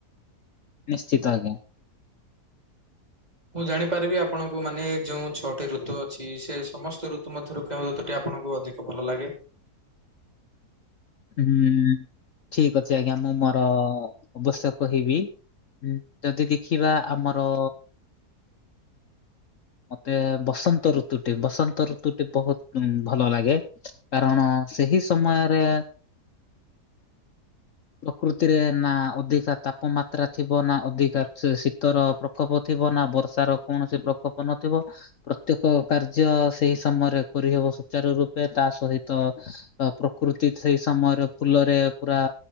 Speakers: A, on the left; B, on the right.
A: ନିଶ୍ଚିତ ଆଜ୍ଞା।
B: ମୁଁ ଜାଣିପାରିବି ଆପଣଙ୍କୁ ମାନେ ଯେଉଁ ଛଅଟି ଋତୁ ଅଛି, ସେ ସମସ୍ତ ଋତୁ ମଧ୍ୟରୁ କେଉଁ ଋତୁଟି ଆପଣଙ୍କୁ ଅଧିକ ଭଲ ଲାଗେ?
A: ହୁଁ ଠିକ୍ ଅଛି ଆଜ୍ଞା, ମୁଁ ମୋର ଅବଶ୍ୟ କହିବି ହୁଁ ଯଦି ଦେଖିବା ଆମର
B: <inaudible>
A: ମତେ ବସନ୍ତ ଋତୁଟି ବସନ୍ତ ଋତୁଟି ବହୁତ୍ ଭଲ ଲାଗେ। କାରଣ ସେହି ସମୟରେ ପ୍ରକୃତିରେ ନା ଅଧିକା ତାପମାତ୍ରା ଥିବ, ନା ଅଧିକା ଶୀତର ପ୍ରକୋପ ଥିବ ନାଁ ବର୍ଷାର କୌଣସି ପ୍ରକୋପ ନଥିବ। ପ୍ରତ୍ୟେକ କାର୍ଯ୍ୟ ସେଇ ସମୟରେ କରିହେବ ସୁଚାରୁ ରୂପେ ତା ସହିତ ଅ ପ୍ରକୃତି ସେଇ ସମୟରେ ଫୁଲରେ ପୁରା